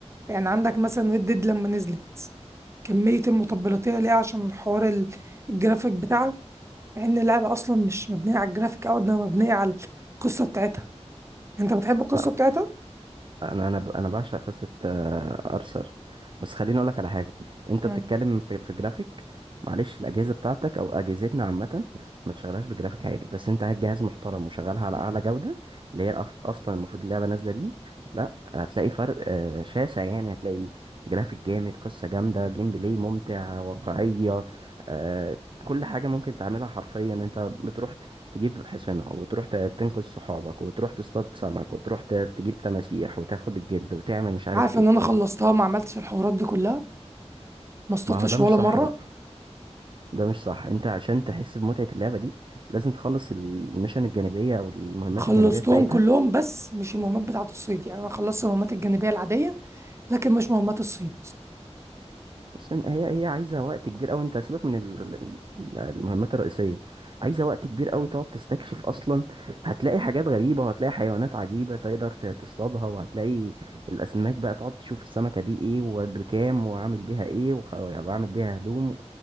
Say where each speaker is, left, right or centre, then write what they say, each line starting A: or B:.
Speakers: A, on the right; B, on the right.
A: يعني عندك مثلا ريد ديد لما نزلت كميه المطبلاتيه ليها عشان حوار ال- الجرافيك بتاعها مع ان اللعبه اصلا مش مبنيه على الجرافيك قوي ده مبنيه على القصه بتاعتها انت بتحب القصه
B: لا
A: بتاعتها
B: انا انا ب- انا بعشق قصه آه، ارثر بس خليني اقول لك على حاجه انت
A: مم.
B: بتتكلم في, في جرافيك معلش الاجهزه بتاعتك او اجهزتنا عامه ما تشغلهاش بجرافيك عالي بس انت هات جهاز محترم وشغلها على اعلى جوده اللي هي أف- اصلا المفروض اللعبه نازله بيه لا هتلاقي فرق آه، شاسع يعني هتلاقي جرافيك جامد قصه جامده جيم بلاي ممتع واقعيه آه، كل حاجه ممكن تعملها حرفيا انت بتروح تجيب حصانة وتروح ت- تنقذ صحابك وتروح تصطاد سمك وتروح ت- تجيب تماسيح وتاخد الجلد وتعمل مش عارف
A: عارف
B: ايه
A: ان انا خلصتها ما عملتش الحوارات دي كلها ما اصطدتش
B: ما هو ده مش
A: ولا
B: صح
A: مره
B: بقى ده مش صح انت عشان تحس بمتعة اللعبة دي لازم تخلص الميشن الجانبية او المهمات
A: خلصتهم
B: الجانبية بتاعتها
A: كلهم بس مش المهمات بتاعة الصيد يعني انا خلصت المهمات الجانبية العادية لكن مش مهمات الصيد
B: بس إن- هي هي عايزه وقت كبير قوي انت سيبك من ال- ال- ال- المهمات الرئيسيه عايزه وقت كبير قوي تقعد تستكشف اصلا هتلاقي حاجات غريبه وهتلاقي حيوانات عجيبه تقدر ت- تصطادها وهتلاقي الاسماك بقى تقعد تشوف السمكه دي ايه وبكام وعامل بيها ايه وخ- وعامل بيها هدوم